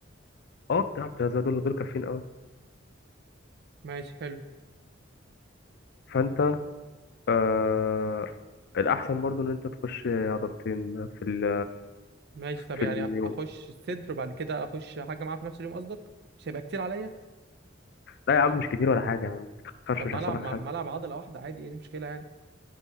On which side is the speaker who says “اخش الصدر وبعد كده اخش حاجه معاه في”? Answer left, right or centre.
Right